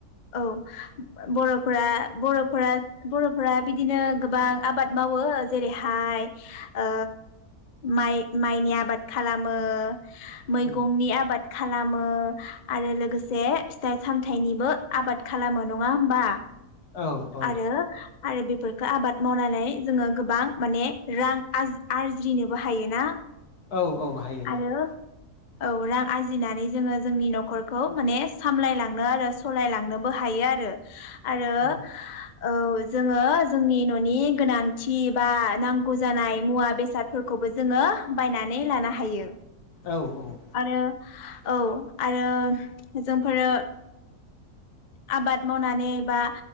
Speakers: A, on the left; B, on the left.
A: औ बर'फोरा बर'फोरा बर'फोरा बिदिनो गोबां आबाद मावो जेरैहाय ओ माइ माइनि आबाद खालामो मैगंनि
B: उम
A: आबाद खा खालामो आरो लोगोसे फिथाइ सामथाइनिबो आबाद खालामो नङा होमबा
B: औ औ
A: आरो आरो बेफोरखौ आबाद मावनानै जोङो गोबां माने रां आर-आरज्रिनोबो हायोना।
B: औ औ हायो
A: आरो
B: हायो
A: औ रां आरजिनानै जोङो जोंनि न'खरखौ माने सामलायलांनो आरो सलायलांनोबो हायो आरो। आरो
B: उम
A: औ जोङो जोंनि न'नि गोनांथि बा नांगौ जानाय मुवा बेसादफोरखौबो जोङो बायनानै लानो हायो।
B: औ औ
A: आरो औ आरो जोंफोरो आबाद मावनानै बा